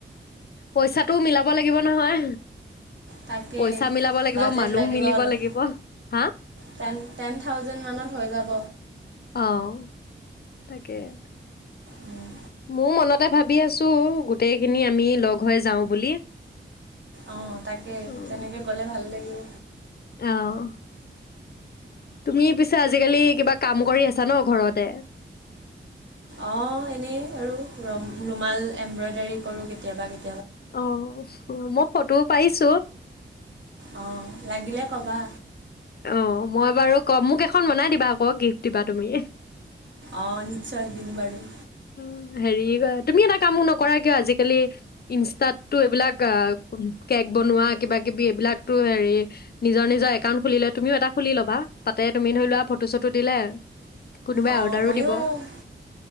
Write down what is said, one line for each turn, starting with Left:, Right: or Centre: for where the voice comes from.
Left: পইচাটোও মিলাব লাগিব নহয়।
Right: তাকেই
Left: পইচা মিলাব লাগিব,
Right: বাজেট
Left: মানুহ
Right: লাগিব
Left: মিলিব
Right: অলপ,
Left: লাগিব। হা?
Right: টেন-টেন থাউজেণ্ড মানত হৈ যাব।
Left: অঁ, তাকেই।
Right: উম,
Left: মও মনতে ভাবি আছো গোটেইখিনি আমি লগ হৈ যাওঁ বুলি।
Right: অঁ তাকে
Left: <unintelligible>
Right: তেনেকৈ গ'লে ভাল লাগিব
Left: অঁ। তুমি পিছে আজিকালি কিবা কাম কৰি আছা ন ঘৰতে।
Right: অঁ এনেই আৰু ৰুমাল এম্ব্ৰইডাৰী কৰো কেতিয়াবা কে
Left: অঁ <unintelligible> মই ফটোও পাইছো।
Right: অ লাগিলে ক'বা।
Left: অঁ মই বাৰু কম মোক এখন বনাই দিবা আকৌ গিফ্ট দিবা তুমি।
Right: অঁ নিশ্চয় দিম বাৰু।
Left: <unintelligible> হেৰি তুমি এটা কামো নকৰা কিয় আজিকালি ইনষ্টাতটো এইবিলাক কেক বনোৱা কিবা কিবি এইবিলাকতো হেৰি নিজৰ নিজৰ একাউণ্ট খুলিলে তুমিও এটা খুলি ল'বা, তাতে তুমি ধৰি লোৱা ফটো চটো দিলে কোনোবাই
Right: অঁ
Left: অৰ্ডাৰো
Right: ময়ো
Left: দিব।